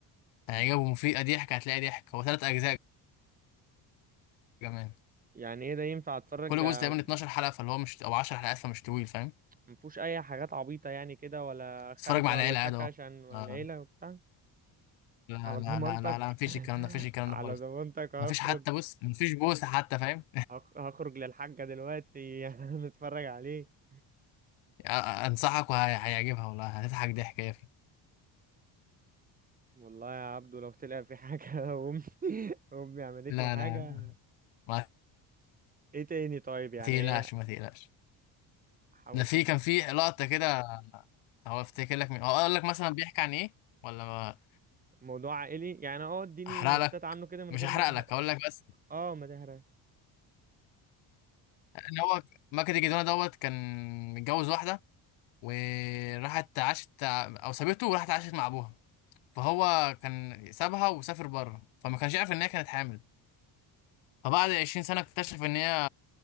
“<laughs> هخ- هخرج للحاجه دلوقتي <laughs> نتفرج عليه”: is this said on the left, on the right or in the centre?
Right